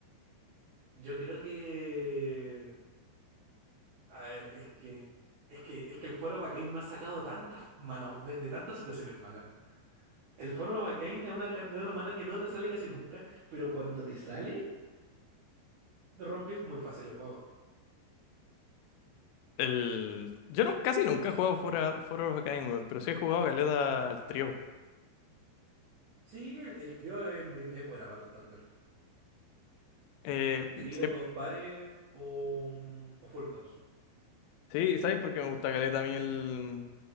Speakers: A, on the right; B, on the left.
A: yo creo que. A ver, es que. Es que, es que el Foro Bacane me ha sacado tantas manos, de, de tantas situaciones malas. El Foro Bacane es una, car- es una mano que no te sale casi nunca, pero cuando te sale. Rompí muy fácil el juego.
B: El... Yo no, casi nunca he jugado fuera, Fuera of a Kind, weón, pero sí he jugado Galeta al trío.
A: Sí, el, el trío es muy es buena mano estándar.
B: Eh,
A: Trío,
B: sí,
A: dos pares o, mm, o full house.
B: sí, ¿sabes por qué me gusta Galeta a mí el,